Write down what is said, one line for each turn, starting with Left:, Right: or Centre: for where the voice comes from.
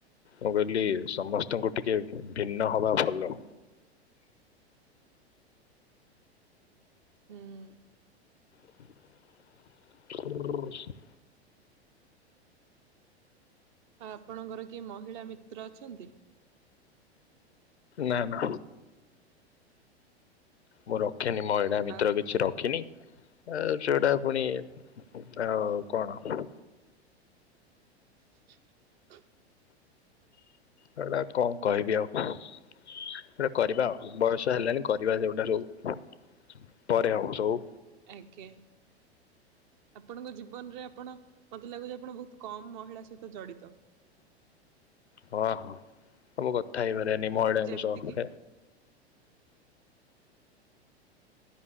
Left: ମୁଁ କହିଲି ସମସ୍ତଙ୍କୁ ଟିକେ ଭିନ୍ନ ହବା ଭଲ।
Right: ହୁଁ।
Left: <unintelligible>
Right: ଆପଣଙ୍କର କିଏ ମହିଳା ମିତ୍ର ଅଛନ୍ତି?
Left: ନା ନା ମୁଁ ରଖେନି ମହିଳା ମିତ୍ରକିଛି
Right: ଆଉ
Left: ର ଖିନି ଆଉ ଯୋଉଟା ପୁଣି ଆ କଣ
Right: <unintelligible>
Left: ସେଗୁଡାକଣ କହିବି ଆଉ? ସେଟା କରିବା ଆଉ ବୟସ ହେଲାଣି କରିବା ଯଉଟା ହେଲେ ଆଉ ପରେ ଆଉ ହଉ
Right: ଆଜ୍ଞା। ଆପଣଙ୍କ ଜୀବନରେ ଆପଣ ମତେ ଲାଗୁଚି ଆପଣ ବହୁତ କମ ମହିଳା ସହିତ ଜଡିତ?
Left: ହଁ ହଁ ସବୁ କଥା ହେଇପାରେନି ମହିଳାଙ୍କ
Right: ଯେମିତି
Left: ସହ। <inaudible>
Right: କିି